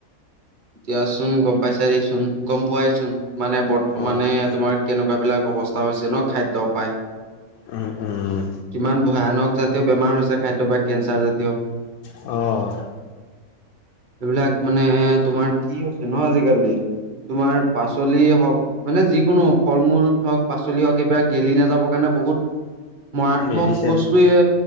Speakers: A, on the right; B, on the left.
A: এতিয়াচোন, গম পাইছাই দিয়াচোন, গম পোৱাইচোন। মানে বৰ্তমানে
B: অ'।
A: তোমাৰ কেনেকুৱা বিলাক অৱস্থা হৈছে ন' খাদ্য পায়।
B: উম, উম।
A: কিমান ভয়ানক জাতীয় বেমাৰ হৈছে খাদ্য বা কেঞ্চাৰ জাতীয়।
B: অ'।
A: এইবিলাক মানে তোমাৰ কি হৈছে ন' আজিকালি। তোমাৰ পাচলি হওক মানে যিকোনো ফল মূল হওঁক, পাচলি হওঁক এইবিলাক গেলি নাযাবৰ কাৰণে বহুত মৰাত
B: মেডিচিন
A: মক বস্তুৱে